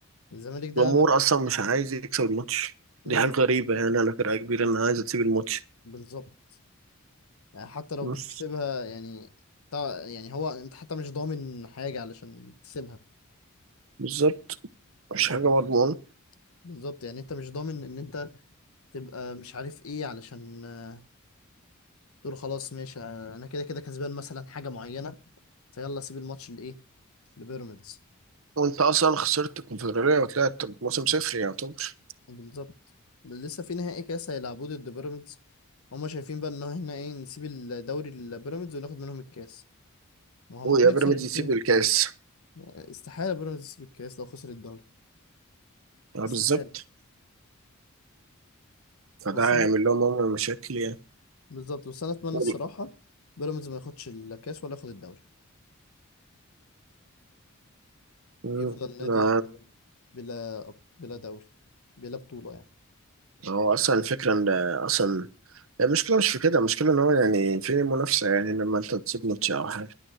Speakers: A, on the left (about 80°); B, on the right (about 65°).
A: الزمالك ده
B: الجمهور
A: ما بقتش
B: اصلا مش عايز يكسب الماتش
A: امم
B: دي حاجة غريبة يعني على فرقة كبيرة انها عايزة تسيب الماتش
A: بالظبط يعني حتى لو
B: بص
A: بتكسبها يعني تع- يعني هو انت حتى مش ضامن حاجه علشان تسيبها
B: بالظبط مش
A: انت
B: حاجة
A: فاهم
B: مضمونة
A: بالظبط يعني انت مش ضامن ان انت تبقى مش عارف ايه علشان آه، تقول خلاص ماشي آه، انا كده كده كسبان مثلا حاجه معينه فيلا سيب الماتش لايه لبيراميدز
B: وانت اصلا خسرت الكونفدرالية وطلعت بموسم صفر يعتبر
A: بالظبط لسه في نهائي كاس هيلعبوه ضد بيراميدز هما شايفين بقى ان احنا ايه نسيب الدوري لبيراميدز وناخد منهم الكاس ما هو
B: ويا
A: ممكن يخسر
B: بيراميدز
A: الاثنين
B: يسيب الكاس
A: استحاله بيراميدز يسيب الكاس لو خسر الدوري
B: آه،
A: استحاله
B: بالظبط فده
A: بس انا
B: هيعمل لهم هم مشاكل يعني.
A: بالظبط بس انا اتمنى
B: يعني-
A: الصراحه بيراميدز ما ياخدش الكاس ولا ياخد الدوري
B: مم.
A: يفضل نادي
B: ما
A: كده بلا بلا دوري بلا بطوله يعني
B: ما هو اصلا الفكره ان اصلا المشكله مش في كده المشكله ان هو يعني فين المنافسه يعني لما انت تسيب ماتش او حاجه